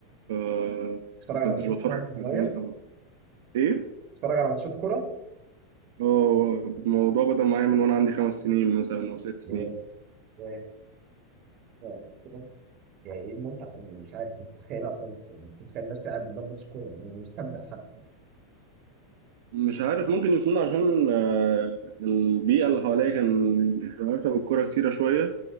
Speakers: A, on the right; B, on the right.
A: ف
B: بتتفرج
A: ما
B: على
A: كنتش
B: ماتشات
A: بتفرج
B: كوره وانت
A: على
B: صغير
A: الكرتون أوي. ايه
B: بتتفرج على ماتشات كوره
A: اه الموضوع بدأ معايا من وانا عندي خمس سنين مثلا او ست سنين
B: يا يا يا يعني ايه المتعه يعني مش عارف مش متخيلها خالص يعني مش متخيل نفسي قاعد قدام ماتش كوره يعني مستمتع حتى
A: مش عارف ممكن يكون عشان آه، البيئه اللي حواليا كان رابطه بالكوره كتيره شويه